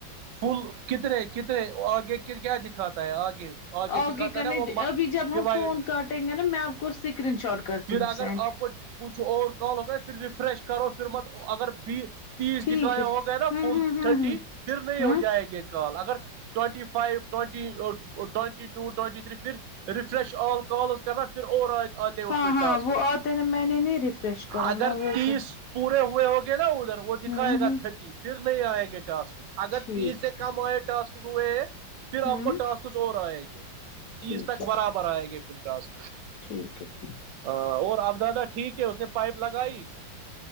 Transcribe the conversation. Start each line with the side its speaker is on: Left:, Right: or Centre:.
Right: پل کتنے کتنے آگے کیا دکھاتا ہے آگے
Left: آگے
Right: دکھاتا
Left: کرنے
Right: ہے نا وہ
Left: ابھی جب
Right: ڈیوائڈ
Left: ہم فون کاٹیں گے نا میں آپ کو اسکرین شاٹ کرتی
Right: پھر
Left: ہوں
Right: اگر
Left: سینڈ
Right: آپ کو کچھ اور کال ہو گیا پھر ریفریش کرو پھر مت اگر بھی تیس
Left: ٹھیک
Right: دکھایا
Left: ہے
Right: ہو گئے نا
Left: ہمم
Right: فل
Left: ہمم ہمم
Right: تھرٹی
Left: ہمم
Right: نہیں ہو
Left: ہمم
Right: جائے گی کال اگر twenty five twenty twenty two twenty three پھر ریفریش آل کالز کرنا پھر اور آئے آتے اس
Left: ہاں
Right: م
Left: ہاں
Right: ٹاسکس
Left: وہ آتے نا میں نے نہیں ریفریش کرا
Right: اگر
Left: میں وہ
Right: تیس
Left: کر
Right: پورے ہوئے ہوگے نا ادھر وہ
Left: ہمم
Right: دکھائےائے گا
Left: ہمم
Right: تھرٹی پھر نہیں آئے گے ٹسک اگر
Left: ٹھیک
Right: تیس سے کم آئے ٹاسک ہوئے
Left: ہمم
Right: پھر آپ کو ٹاسکس اور آئے گے تیس
Left: ٹھیک
Right: تک
Left: ہے
Right: برابر
Left: ٹھیک
Right: آئے گے پھر ٹاس
Left: ٹھیک ہے ٹھیک
Right: ہ اور اب دادا ٹھیک ہے اس نے پائپ لگائی